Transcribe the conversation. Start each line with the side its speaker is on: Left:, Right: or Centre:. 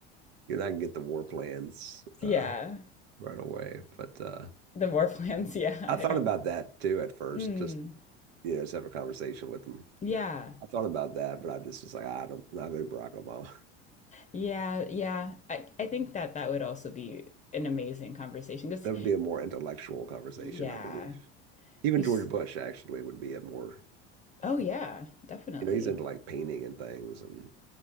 Right: you're not gonna get the war plans
Left: yeah.
Right: uh, right away. But uh,
Left: The war plans, <laughs> yeah.
Right: I thought
Left: I don't.
Right: about that too at first,
Left: Mm,
Right: just, you know, just have a conversation with him.
Left: yeah,
Right: I thought about that, but I just was like, "Ah, I don't, not go to Barack Obama. <laughs>
Left: yeah, yeah. I I think that that would also be an amazing conversation because.
Right: That would be a more intellectual conversation,
Left: Yeah.
Right: I believe. Even
Left: He's,
Right: George Bush actually would be a more,
Left: oh yeah, definitely.
Right: you know, he's into like painting and things, and